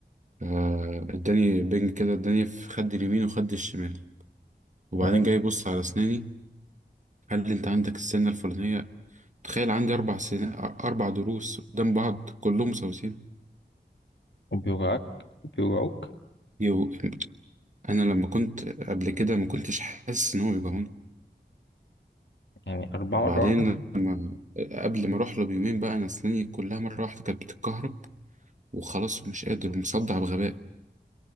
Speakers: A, on the right; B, on the left.
A: آه، اداني بنج كده اداني في خد اليمين وخد الشمال وبعدين
B: آه.
A: جاي يبص على أسناني قال لي أنت عندك السنة الفلانية تخيل عندي أربع سن... أربع ضروس قدام بعض كلهم مسوسين
B: وبيوجعك بيوجعوك
A: يو... أنا لما كنت قبل كده ما كنتش حاسس إن هو بيجعوني
B: يعني اربعه
A: وبعدين
B: مره واحده
A: لما قبل ما أروح له بيومين بقى أنا أسناني كلها مرة واحدة كانت بتتكهرب وخلاص ومش قادر ومصدع بغباء